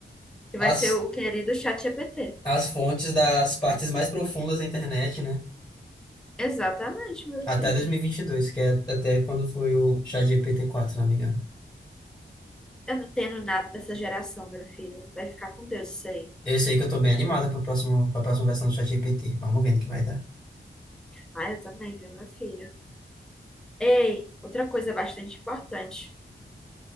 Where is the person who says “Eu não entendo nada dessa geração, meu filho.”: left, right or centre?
Centre